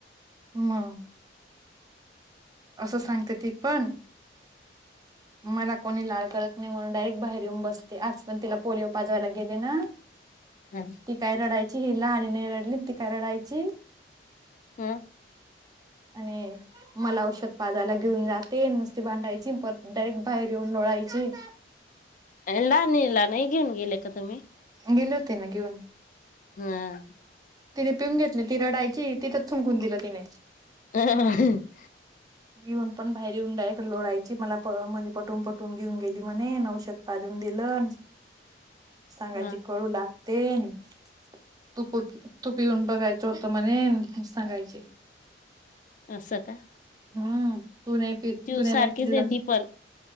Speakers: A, on the right (about 20°); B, on the left (about 45°).
A: म. असं सांगते ती पण. मला कोणी लाळ करत नाही म्हणून डायरेक्ट बाहेर येऊन बसते. आज पण तिला पोलिओ पाजवायला गेले ना,
B: हम्म.
A: ती काय रडायची हिला. आणि न रडली ती काय रडायची.
B: ह
A: आणि मला औषध पाजाला घेऊन जाते. नुसती भांडायची. परत डायरेक्ट बाहेर येऊन लोळायची.
B: लाहानीला नाही घेऊन गेले का तुम्ही?
A: गेले होते ना घेऊन.
B: हम्म.
A: तिने पिऊन घेतले. ती रडायची. तिथच थंकून दिलं तिने.
B: हह <unintelligible>
A: येऊन पण बाहेर येऊन डायरेक्ट लोळायची. मला म्हणजे पटून पटून घेऊन गेली म्हणे न औषध पाजून दिलंन. सांगायची
B: वा
A: कडू लागतेन. तू तू पिऊन बघायचं होत म्हणेन. अस सांगायची.
B: अस का?
A: हम्म. तू नाही पी,
B: चिव
A: तूने
B: सारखीच
A: नाही पिलस.
B: आहे ती पण